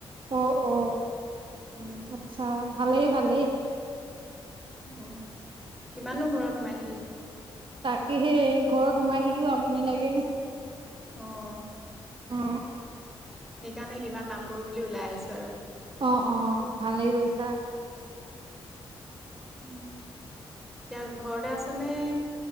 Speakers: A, on the right; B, in the centre.
A: অ-অ
B: উম
A: আচ্ছা ভালেই ভালেই
B: উম কিমানো ঘৰত সোমাই থা
A: তাকেহে ঘৰত সোমাই থাকিও আমনি লাগে
B: অ',
A: অ,
B: সেইকাৰণে কিবা কাম কৰো বুলি ওলাই আহিছো আৰু
A: অ-অ ভালেই কৰিছা।
B: উম এতিয়া ঘৰতে আছ নে?